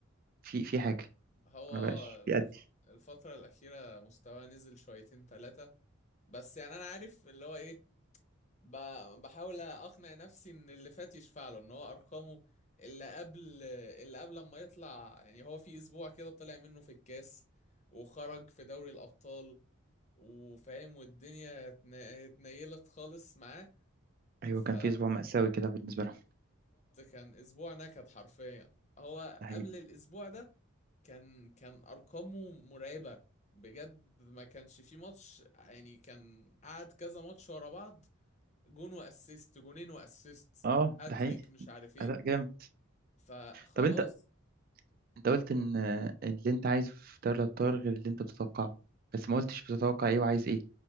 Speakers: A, on the right (about 45°); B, on the left (about 35°).
A: في في حاجه
B: هو
A: ما
B: اه
A: بقاش
B: الف...
A: بيأدي
B: الفترة الأخيرة مستواه نزل شويتين تلاتة بس يعني أنا عارف اللي هو إيه ب... بحاول أقنع نفسي إن اللي فات يشفع له إن هو أرقامه اللي قبل اللي قبل ما يطلع يعني هو في أسبوع كده طلع منه في الكاس وخرج في دوري الأبطال وفاهم والدنيا اتن... اتنيلت خالص معاه
A: ايوه
B: فبالظبط
A: كان في اسبوع مأساوي كده بالنسبه لهم
B: كان أسبوع نكد حرفيا هو
A: ده حقيقي
B: قبل الأسبوع ده كان كان ارقامه مرعبه بجد ما كانش في ماتش يعني كان قعد كذا ماتش ورا بعض جون واسيست جونين واسيست
A: اه
B: هاتريك
A: ده حقيقي
B: مش عارف ايه
A: اداء جامد
B: فخلاص
A: طب انت انت قلت ان اللي انت عايزه في دوري الابطال غير اللي انت بتتوقعه بس ما قلتش بتتوقع ايه وعايز ايه